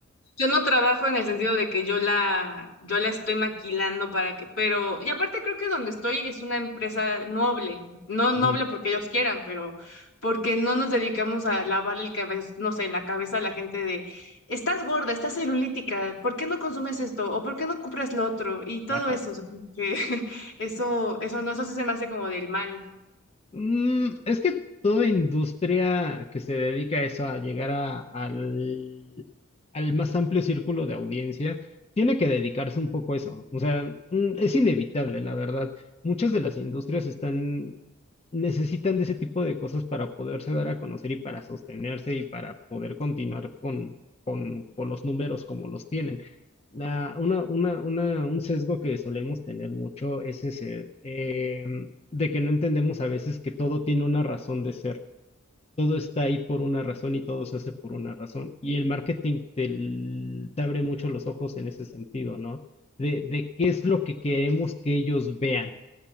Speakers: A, on the left; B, on the left.
A: yo no trabajo en el sentido de que yo la, yo la estoy maquilando para que, pero, y aparte creo que donde estoy es una empresa noble, no noble
B: Ujú,
A: porque ellos quieran, pero porque no nos dedicamos a lavar el cabeza, no sé, la cabeza a la gente de, estás gorda, estás celulítica, ¿por qué no consumes esto? ¿O por qué no compras lo otro? Y todo
B: Ajá.
A: eso, o sea, que <laughs> eso, eso no, eso sí se me hace como del mal.
B: Mm, es que toda industria que se dedica a eso, a llegar a- al, al más amplio círculo de audiencia, tiene que dedicarse un poco a eso. O sea, mm, es inevitable, la verdad. Muchas de las industrias están, necesitan de ese tipo de cosas para poderse dar a conocer y para sostenerse y para poder continuar con, con, con los números como los tienen. La, una, una, una, un sesgo que solemos tener mucho es ese. eh, de que no entendemos a veces que todo tiene una razón de ser. Todo está ahí por una razón y todo se hace por una razón. Y el marketing te, l- te abre mucho los ojos en ese sentido, ¿no? De, de qué es lo que queremos que ellos vean,